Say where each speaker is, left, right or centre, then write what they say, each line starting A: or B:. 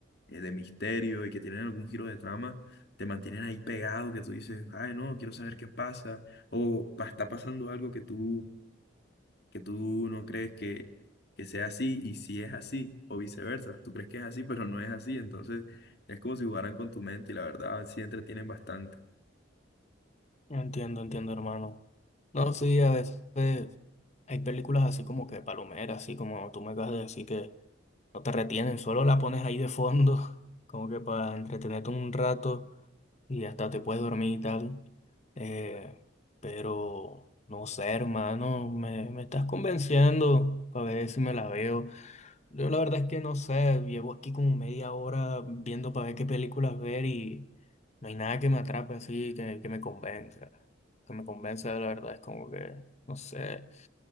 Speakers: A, on the left; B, on the left.
A: eh, de misterio y que tienen algún giro de trama, te mantienen ahí pegado, que tú dices, ay, no, quiero saber qué pasa, o pa- está pasando algo que tú, que tú no crees que, que sea así y si es así, o viceversa, tú crees que es así, pero no es así, entonces es como si jugaran con tu mente y la verdad sí entretienen bastante.
B: Entiendo, entiendo, hermano. No, sí, a veces hay películas así como que palomeras, así como tú me acabas de decir que no te retienen, solo la pones ahí de fondo, <laughs> como que para entretenerte un rato. y hasta te puedes dormir y tal. Eh, pero no sé, hermano, me, me estás convenciendo para ver si me la veo. Yo la verdad es que no sé, llevo aquí como media hora viendo para ver qué películas ver y no hay nada que me atrape así, que, que me convenza. Que me convenza, la verdad, es como que, no sé.